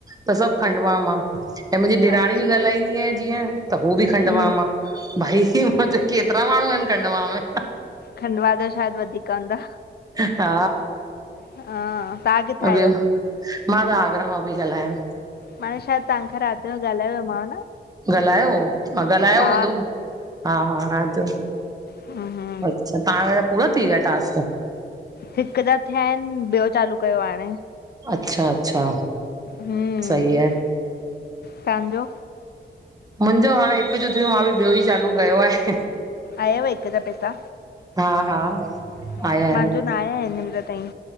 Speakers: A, on the right; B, on the left.
A: त सभु खंडवा मां, ऐं मुंहिंजी ॾेराणी,
B: अच्छा
A: बि ॻाल्हाईंदी आहे, जीअं, त हू बि खंडवा
B: हम्म
A: मां भाई मां चयो, केतिरा माण्हू आहिनि खंडवा में?
B: खंडवा, जा शायदि, वधीक हूंदा।
A: हा।
B: हा, तव्हां किथां
A: ॿियो
B: आहियो?
A: मां, त आगरा, मां पई ॻाल्हायां।
B: माने शायदि, तव्हां सां, राति जो ॻाल्हायोमांव, न
A: ॻाल्हायो, हो ॻाल्हायो
B: हा
A: हूंदो, हा हा, राति जो
B: हम्म, हम्म
A: अच्छा! तव्हां जा पूरा, थी विया टास्क।
B: हिक, त थिया आहिनि, ॿियो चालू कयो हाणे,
A: अच्छा, अच्छा
B: हम,
A: सही आहे
B: त्वां जो
A: मुंहिंजो हाणे हिकु जो थियो, मां बि ॿियो, ई चालू कयो आहे।
B: आयाव, हिकु ज पैसा।
A: हा हा
B: मुंहिंजो,
A: आया आहिनि
B: न आहियाँ आहिहिन हिन महिला ताईं।